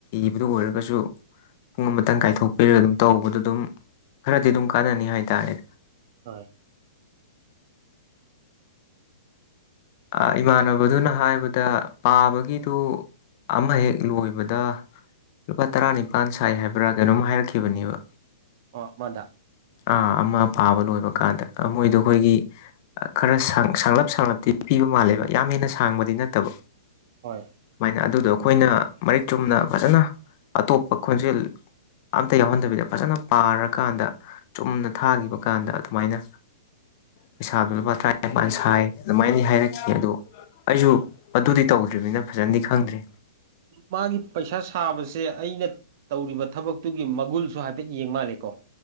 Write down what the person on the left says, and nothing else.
ꯏꯕꯗꯨ ꯑꯣꯏꯔꯒꯁꯨ ꯄꯨꯡ ꯑꯃꯇꯪ ꯀꯥꯏꯊꯣꯛꯄꯤꯔꯒ ꯑꯗꯨꯝ ꯇꯧꯕꯗ ꯑꯗꯨꯝ ꯈꯔꯗꯤ ꯑꯗꯨꯝ ꯀꯥꯟꯅꯅꯤ ꯍꯥꯏꯇꯥꯔꯦ
ꯑ ꯏꯃꯥꯟꯅꯕꯗꯨꯅ ꯍꯥꯏꯕꯗꯨ ꯗ ꯄꯥꯕꯒꯤꯗꯨ ꯑꯃ ꯍꯦꯛ ꯂꯣꯏꯕꯗ ꯂꯨꯄꯥ ꯇꯔꯥꯅꯤꯄꯥꯜ ꯁꯥꯏ ꯍꯥꯏꯕ꯭ꯔꯥ ꯀꯩꯅꯣꯝ ꯍꯥꯏꯔꯛꯈꯤꯕꯅꯦꯕ
ꯑ ꯑꯃ ꯄꯥꯕ ꯂꯣꯏꯕ ꯀꯥꯟꯗ ꯃꯣꯏꯗꯣ ꯑꯈꯣꯏꯒꯤ ꯈꯔ ꯁꯥꯡꯂꯞ ꯁꯥꯡꯂꯞꯇꯤ ꯄꯤꯕ ꯃꯥꯜꯂꯦꯕ ꯌꯥꯝ ꯍꯦꯟꯅ ꯁꯥꯡꯕꯗꯤ ꯅꯠꯇꯕ
ꯁꯨꯃꯥꯏꯅ ꯑꯗꯨꯗꯣ ꯑꯈꯣꯏꯅ ꯃꯔꯤꯛ ꯆꯨꯝꯅ ꯐꯖꯅ ꯑꯇꯣꯞꯄ ꯈꯣꯟꯖꯦꯜ ꯑꯝꯇ ꯌꯥꯎꯍꯟꯗꯕꯤꯗ ꯐꯖꯅ ꯄꯥꯔꯀꯥꯟꯗ ꯆꯨꯝꯅ ꯊꯥꯈꯤꯕ ꯀꯥꯟꯗ ꯑꯗꯨꯃꯥꯏꯅ ꯄꯩꯁꯥꯗꯣ ꯂꯨꯄꯥ ꯇꯔꯥꯅꯤꯄꯥꯟ ꯁꯥꯏ ꯑꯗꯨꯃꯥꯏꯅ ꯍꯥꯏꯔꯛꯈꯤ ꯑꯗꯣ ꯑꯩꯁꯨ ꯑꯗꯨꯗꯤ ꯇꯧꯗ꯭ꯔꯤꯕꯅꯤꯅ ꯐꯖꯅꯗꯤ ꯈꯪꯗ꯭ꯔꯤ